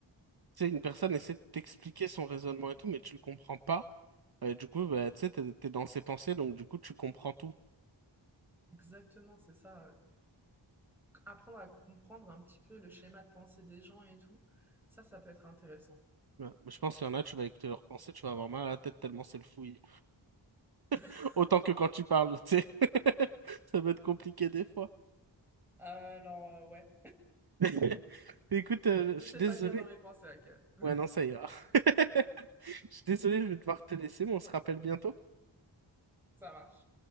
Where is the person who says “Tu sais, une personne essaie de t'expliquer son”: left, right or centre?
Right